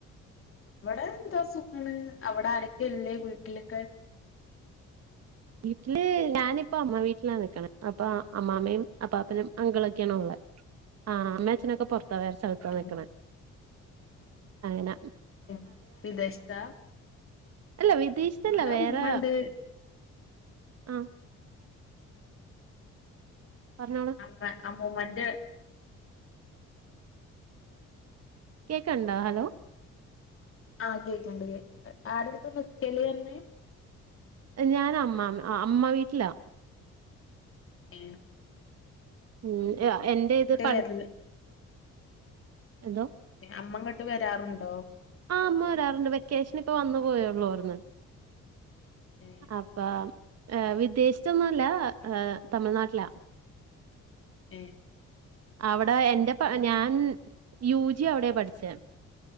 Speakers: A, on the left; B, on the right.
A: ഇവിടെ എന്താ സുഖാണ് അവിടെ ആരൊക്കെ ഇല്ലേ വീട്ടിലൊക്കെ
B: വീട്ടില് ഞാനിപ്പൊ അമ്മ വീട്ടിലാ നിക്കണെ അപ്പൊ അമ്മാമ്മയും അപ്പാപ്പനും അങ്കിളൊക്കെയാണ് ഉള്ളേ ആ അമ്മേ അച്ഛനൊക്കെ പുറത് ത്ത വേറെ സ്ഥലത്താ
A: ഉം
B: നിക്കണേ അങ്ങന
A: ഉം വിദേശത്താ
B: അല്ല വിദേശത്തല്ല
A: ഇവടെ
B: വേറെ
A: ഉമ്മണ്ട്
B: ആ പറഞ്ഞോളൂ
A: ആമ്മ ആം മ്മുമെൻ്റെ
B: കേക്കണ്ടാ ഹലോ
A: ആഹ് കേക്കണ്ട് കേൾക്ക ആര്ഡ്ത്തിന്ന നിക്കല് <unintelligible>
B: ഞാന് അമ്മമ്മ അമ്മ വീട്ടിലാ
A: ഏ
B: ഉം എന്റെ ഇത് പഠ
A: വര്ല്
B: എന്തോ
A: അമ്മങ്ങോട്ട് വരാറുണ്ടോ
B: ആഹ് അമ്മ വരാറുണ്ട് വെക്കേഷനിപ്പ വന്നു പോയേയുള്ളു ഇവിടുന്ന്
A: ഏഹ്
B: അപ്പം ഏ വിദേശത്തൊന്നും അല്ല ഏ തമിഴ്നാട്ടിലാ
A: ഏ
B: അവിടെ എന്റപ്പാ ഞാൻ യു ജി അവിടെയാ പഠിച്ചേ